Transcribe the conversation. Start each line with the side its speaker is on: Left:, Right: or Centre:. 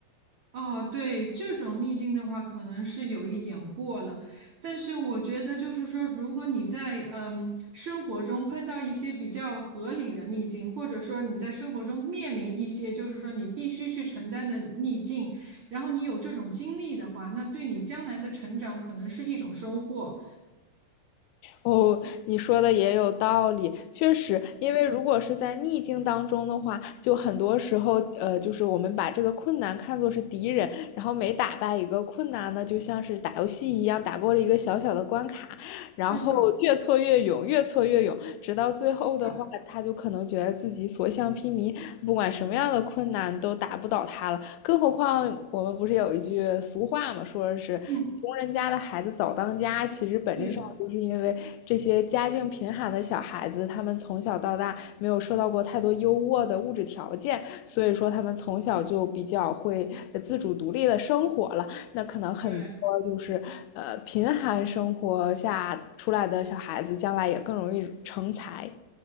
Right: 哦，对，这种逆境的话，可能是有一点过了，但是我觉得就是说，如果你在嗯生活中碰到一些比较合理的逆境，或者说你在生活中面临一些就是说你必须去承担的逆境，然后你有这种经历的话，那对你将来的成长可能是一种收获。
Left: 哦，你说的也有道理，确实，因为如果是在逆境当中的话，就很多时候，呃，就是我们把这个困难看作是敌人，然后每打败一个困难呢，就像是打游戏一样，打过了一个小小的关卡，然后越挫越勇，
Right: 对的，
Left: 越挫越勇，直到最后的话，
Right: 是的，
Left: 他就可能觉得自己所向披靡，不管什么样的困难都打不倒他了，更何况我们不是有一句俗话嘛，说是穷人家的孩子早当家，
Right: 嗯，
Left: 其实本质上就是因为这些家境贫寒的小孩子，
Right: 是，
Left: 他们从小到大没有受到过太多优渥的物质条件，所以说他们从小就比较会呃自主独立的生活了。那可能很多就是呃贫寒生活下出来的小孩子，
Right: 对。
Left: 将来也更容易成才。